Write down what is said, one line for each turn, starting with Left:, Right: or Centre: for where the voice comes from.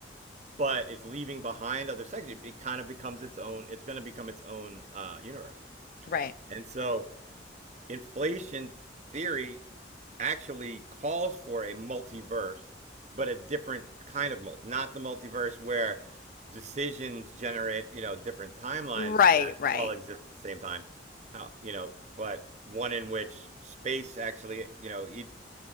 Right: but it's leaving behind other sections, it kind of becomes its own. It's going to become its own uh, universe.
Left: Right.
Right: And so inflation theory actually calls for a multiverse, but a different kind of multiverse, not the multiverse where decisions generate, you know, different timelines
Left: Right,
Right: that
Left: right.
Right: all exist at the same time. How, you know, but one in which space actually, you know, each,